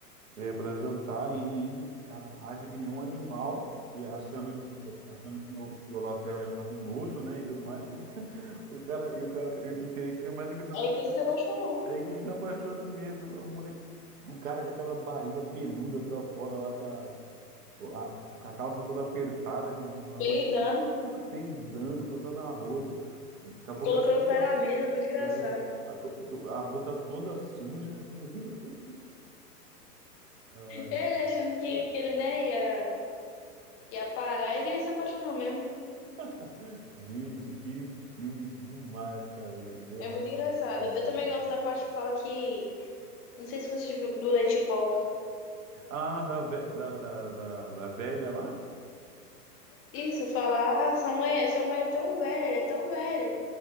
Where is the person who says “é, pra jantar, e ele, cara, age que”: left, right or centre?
Right